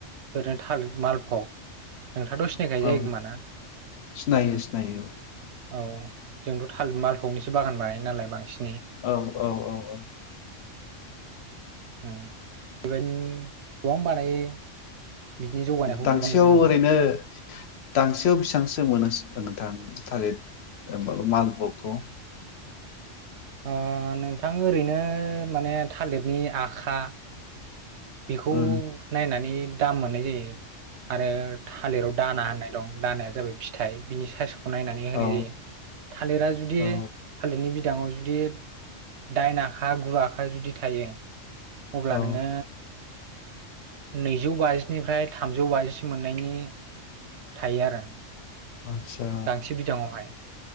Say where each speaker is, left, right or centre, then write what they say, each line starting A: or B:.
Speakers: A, on the right; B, on the left.
A: ओरैनो थालिर मालफ'ग नोंथाङाथ' सिनाय खायो
B: औ
A: जायो खोमा ना?
B: सिनायो सिनायो
A: औ जोंथ' थालिर मालफ'गनिसो बागान बानायो नालाय बांसिन
B: औ औ औ औ
A: ओम बेबायदिनो बावनो बानायो बिनि जौगानायखौ
B: दांसेयाव
A: गोबां नुनो मोनो
B: ओरैनो दांसेयाव बेसेबांसो मोनो नोंथां? थालिद ओ माबा मालफगखौ
A: ओ नोंथां ओरैनो माने थालिरनि आखा बेखौ
B: औ
A: नायनानै दाम मोननाय जायो। आरो थालिराव दाना होननाय दं। दानाया जाबाय फिथाइ बिनि सायस' नायनानै होनाय
B: औ
A: जायो थालिरा जुदि
B: औ
A: थालिरनि बि दांङाव जुदि दाइन आखा गु आखा जुदि थायो अब्ला
B: औ
A: नोङो नैजौ बाजिनिफ्राय थामजौ बाजिसो मोननायनि थायो आरो
B: आतसा
A: गांसे बिदाङावहाय